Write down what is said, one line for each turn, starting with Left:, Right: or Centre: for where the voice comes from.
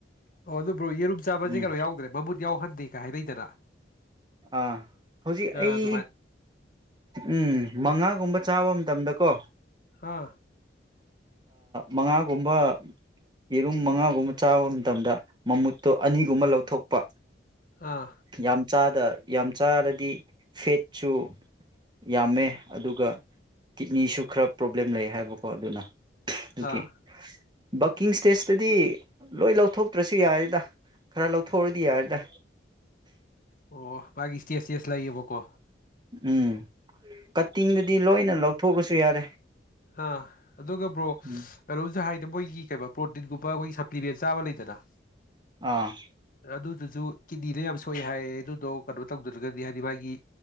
Left: ꯑꯣ ꯑꯗꯨꯕꯨ ꯔꯣ ꯆꯥꯕꯕꯁꯦ
Right: ꯎꯝ
Left: ꯀꯩꯅꯣ ꯌꯥꯎꯗ꯭ꯔꯦ ꯃꯃꯨꯠ ꯌꯥꯎꯍꯟꯗꯦ ꯀꯩ ꯍꯥꯏꯅꯩꯗꯅ
Right: ꯑꯥ ꯍꯧꯖꯤꯛ
Left: ꯑꯥ
Right: ꯑꯩ
Left: ꯑꯗꯨꯃꯥꯏꯅ
Right: ꯎꯝ ꯃꯉꯥꯒꯨꯝꯕ ꯆꯥꯕ ꯃꯇꯝꯗ ꯀꯣ
Left: ꯑꯥ
Right: ꯃꯉꯥꯒꯨꯝꯕ ꯌꯦꯔꯨꯝ ꯃꯉꯥꯒꯨꯝꯕ ꯆꯥꯕ ꯃꯇꯝꯗ ꯃꯃꯨꯠꯇꯣ ꯑꯅꯤꯒꯨꯝꯕ ꯂꯧꯊꯣꯛꯄ
Left: ꯑꯥ
Right: ꯌꯥꯝ ꯆꯥꯗ ꯌꯥꯝ ꯆꯥꯔꯗꯤ ꯐꯦꯠꯁꯨ ꯌꯥꯝꯃꯦ ꯑꯗꯨꯒ ꯀꯤꯠꯅꯤꯁꯨ ꯈꯔ ꯄ꯭ꯔꯣꯕ꯭ꯂꯦꯝ ꯂꯩ ꯍꯥꯏꯕꯀꯣ ꯑꯗꯨꯅ ꯗꯨ
Left: ꯑꯥ
Right: ꯒꯤ ꯕꯜꯀꯤꯡ ꯁꯇꯦꯖꯇꯗꯤ ꯂꯣꯏ ꯂꯧꯊꯣꯛꯇ꯭ꯔꯁꯨ ꯌꯥꯔꯦꯗ ꯈꯔ ꯂꯧꯊꯣꯛꯑꯔꯗꯤ ꯌꯥꯔꯦꯗ
Left: ꯑꯣ ꯃꯥꯒꯤ ꯁꯇꯦꯖ ꯁꯇꯦꯖ ꯂꯩꯌꯦꯕꯀꯣ
Right: ꯎꯝ ꯀꯠꯇꯤꯡꯗꯗꯤ ꯂꯣꯏꯅ ꯂꯧꯊꯣꯛꯑꯁꯨ ꯌꯥꯔꯦ
Left: ꯑ ꯑꯗꯨꯒ ꯕ꯭ꯔꯣ
Right: ꯎꯝ
Left: ꯑꯔꯨꯖꯍꯥꯏꯗ ꯃꯣꯏꯒꯤ ꯀꯩ ꯄꯔꯣꯇꯤꯟꯒꯨꯝꯕ ꯑꯈꯣꯏ ꯁ ꯑꯄꯤꯕꯦ ꯆꯥꯕ ꯂꯩꯇꯅ
Right: ꯑꯥ
Left: ꯑꯗꯨꯗꯨꯁꯨ ꯀꯤꯠꯅꯤꯗ ꯌꯥꯝ ꯁꯣꯛꯑꯦ ꯍꯥꯏꯌꯦ ꯑꯗꯨꯗꯣ ꯀꯩꯅꯣ ꯇꯧꯗ꯭ꯔꯒꯗꯤ ꯍꯥꯏꯗꯤ ꯃꯥꯒꯤ